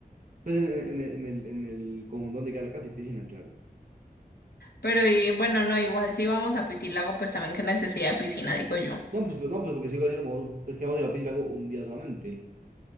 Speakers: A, on the right; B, on the left.
A: Pues en, en- en el, en el conjunto donde queda la casa hay piscina, claro.
B: Pero y- bueno, no, igual si vamos a Piscílago, pues también qué necesidad de piscina, digo yo.
A: No, pues, pues, no, pues porque si iba a decir, pues que vamos a ir a la piscina un día solamente.